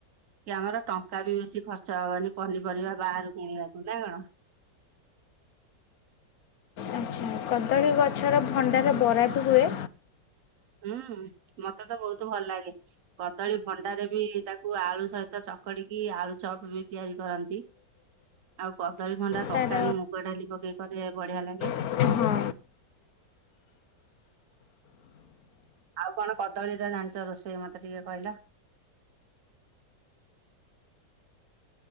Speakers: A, on the right; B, on the left.
A: କି ଆମର ଟଙ୍କା ବି ବେଶି ଖର୍ଚ୍ଚ ହବନି ପନିପରିବା ବାହାରୁ କିଣିବାକୁ। ନା କଣ?
B: ଆଚ୍ଛା କଦଳୀ ଗଛର ଭଣ୍ଡାର ବରା ବି ହୁଏ।
A: ହୁଁ ମତେ ତ ବହୁତ ଭଲ ଲାଗେ କଦଳୀ ଭଣ୍ଡାରେ ବି ତାକୁ ଆଳୁ ସହିତ ଚକଡିକି ଆଳୁ ଚପ ବି ତିଆରି କରନ୍ତି ଆଉ କଦଳୀ ଭଣ୍ଡା
B: ତା'ର
A: ତରକାରୀ ମୁଗଡାଲି ପକେଇ ସେ ବଢିଆ ଲାଗେ।
B: ହଁ
A: ଆଉ କଣ କଦଳୀ ରେ ଜାଣିଛ ରୋଷେଇ ମତେ ଟିକେ କହିଲ।